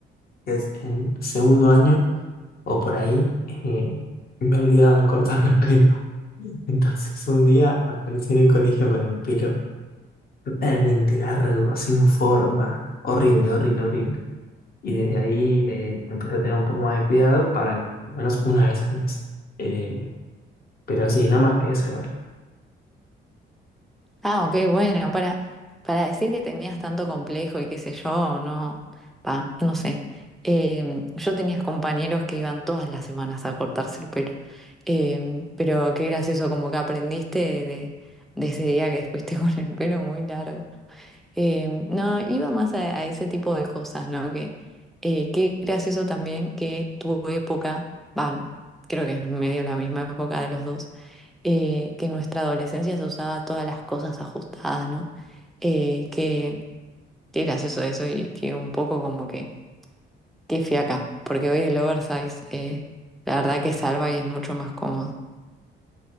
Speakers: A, on the left (about 50°); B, in the centre.
A: que es en segundo año o por ahí, eh, me olvidaba de cortarme el pelo. <laughs> Entonces un día aparecí en el colegio con el pelo Totalmente largo, sin forma. Horrible, horrible, horrible. Y desde ahí eh, empecé a tener un poco más de cuidado para al menos una vez al mes. Eh, pero así, no más que eso igual.
B: Ah, ok, bueno, para, para decir que tenías tanto complejo y qué sé yo, no, va, no sé. Eh, yo tenía compañeros que iban todas las semanas a cortarse el pelo. Eh, pero qué gracioso, como que aprendiste de, de ese día que fuiste <laughs> con el pelo muy largo. Eh, no, iba más a, a ese tipo de cosas, ¿no? Que eh, qué gracioso también que tu época, van, creo que es medio la misma época de los dos, eh, que en nuestra adolescencia se usaba todas las cosas ajustadas, ¿no? Eh, que, qué gracioso eso y que un poco como que, qué fiaca, porque hoy el oversize, eh, la verdad que salva y es mucho más cómodo.